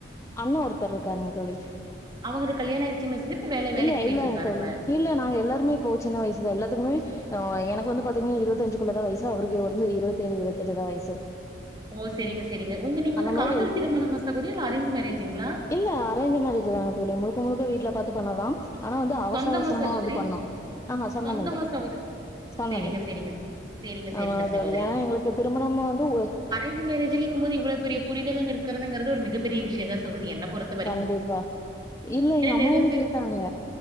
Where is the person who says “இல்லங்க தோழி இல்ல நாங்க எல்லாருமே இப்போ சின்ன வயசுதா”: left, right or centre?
Left